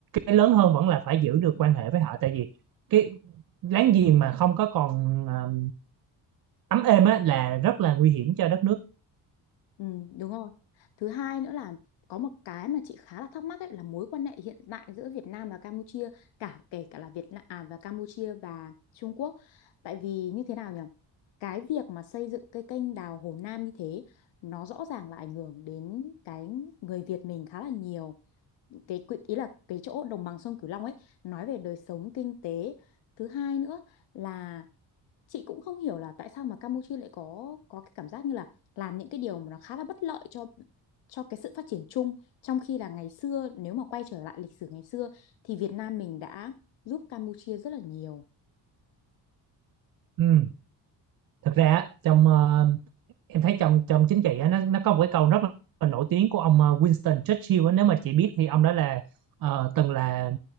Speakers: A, on the right (about 55°); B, on the left (about 80°).
A: cái lớn hơn vẫn là phải giữ được quan hệ với họ tại vì cái láng giềng mà không có còn ờ, ấm êm á là rất là nguy hiểm cho đất nước
B: ừ, đúng rồi. Thứ hai nữa là có một cái mà chị khá là thắc mắc ấy là mối quan hệ hiện tại giữa Việt Nam và Campuchia cả kể cả là Việt Nam à, và Campuchia và Trung Quốc. Tại vì như thế nào nhở? Cái việc mà xây dựng cái kênh đào Hồ Nam như thế nó rõ ràng là ảnh hưởng đến cái người Việt mình khá là nhiều. Cái quy- ý là cái chỗ đồng bằng sông Cửu Long ấy nói về đời sống kinh tế. Thứ hai nữa là chị cũng không hiểu là tại sao mà Campuchia lại có có cái cảm giác như là làm những cái điều mà nó khá là bất lợi cho cho cái sự phát triển chung trong khi là ngày xưa nếu mà quay trở lại lịch sử ngày xưa thì Việt Nam mình đã giúp Campuchia rất là nhiều
A: ừ. thực ra á, trong ờ, em thấy trong trong chính trị á, nó nó có một cái câu rất là nổi tiếng của ông ờ, Winston Churchill á, nếu mà chị biết thì ông đó là ờ, từng là